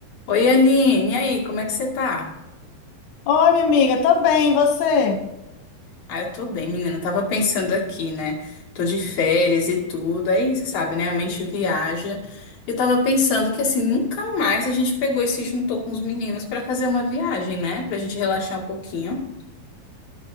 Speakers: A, on the left (about 50°); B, on the left (about 85°).
A: Oi, Aline, e aí, como é que você tá?
B: Oi, minha amiga, tô bem, e você?
A: Ah, eu tô bem, menina. Eu Tava pensando aqui, né? Tô de férias e tudo. Aí, você sabe, né? A mente viaja. Eu tava pensando que, assim, nunca mais a gente pegou e se juntou com os meninos pra fazer uma viagem, né? Pra gente relaxar um pouquinho.